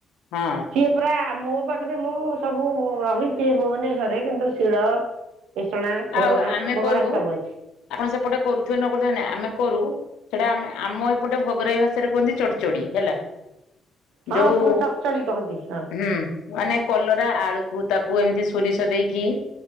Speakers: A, on the left; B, on the right.
A: ହଁ।
B: ପୁରା ମୋ ପାଖରେ ମୁଁ ସବୁ ରହିଛି ଭୁବନେଶ୍ଵରରେ କିନ୍ତୁ ଶିଳ। ପିସଣା ଘୋରଣା
A: ଆଉ ଆମେ
B: ମୋ
A: କରୁ
B: ପାଖରେ ସବୁ ଅଛି
A: ଆପଣ ସେପଟେ କରୁଥିବେ ନ କରୁଥିବେ ନାଇ ଆମେ କରୁ ସେଇଟା ଆମେ ଆମ ଏପଟେ ଭଗରାଇ ଭାଷାରେ କୁହନ୍ତି ଚଢି। ଚଢି ହେଲା
B: ହଁ
A: ଯଉ
B: ପୁ ଚଚଡି କହନ୍ତି ହଁ।
A: ହୁଁ ମାନେ କଲରା ଆଳୁକୁ ତାକୁ ଏମିତି ସୋରିଷ ଦେଇକି